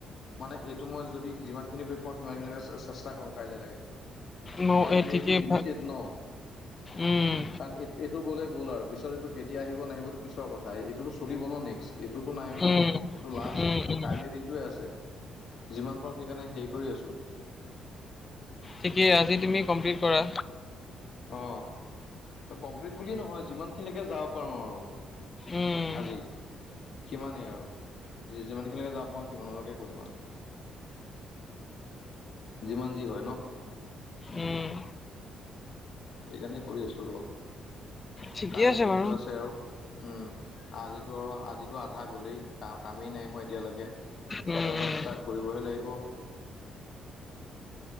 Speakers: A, on the left; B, on the left.
A: মানে এইটো মই যদি যিমান খিনি কৰি পাওঁ সিমান খিনি চেষ্টা কৰো কাইলৈ লকে
B: ন
A: কাৰণ
B: এই
A: সেইটো
B: ঠিকেই
A: লিমিটেড
B: ভাল
A: ন
B: উম।
A: কাৰণ এইটো এইটো গ'লে গ'ল আৰু পিছত এইটো কেতিয়া আহিব নাহিবতো পিছৰ কথাই এইটোতো চলিব নেক্সট এইটোতো নাই ন
B: উম
A: এইটো লাষ্ট
B: উম উম
A: কাইলৈ দিন যিমান পাৰো সেইকাৰণে হেৰি কৰি আছো।
B: ঠিকেই আজি তুমি কমপ্লিট কৰা।
A: অ কমপ্লিট বুলিয়ে নহয় যিমান খিনিলৈকে যাব পাৰো আৰু
B: উম।
A: আজি সিমানেই আৰু যি যিমান খিনিলৈকে যাম প মই সিমানলৈকে কৰিম আৰু যিমান যি হয় ন
B: উম
A: সেইকাৰণেই কৰি আছোঁ ৰ
B: ঠিকেই
A: কাইলৈ দিনটো
B: বাৰু
A: আছে আৰু উম আজিতো আৰু আজি টো আধা গ'লেই কা কামেই নাই হোৱা এতিয়ালৈকে তয়াৰ
B: উম
A: পৰা
B: উম।
A: ষ্টাৰ্ট কৰিবহে লাগিব